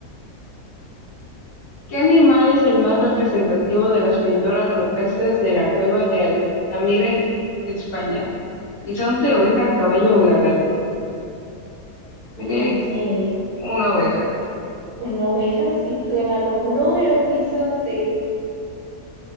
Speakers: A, on the left (about 65°); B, on the right (about 90°).
A: ¿Qué animal es el más representativo de las pinturas rupestres de la cueva de Altamira en España? ¿Bisonte, oveja, caballo o lagarto?
B: Uy,
A: Diré
B: no sé.
A: una oveja.
B: Una oveja sí suena como... No, era un bisonte.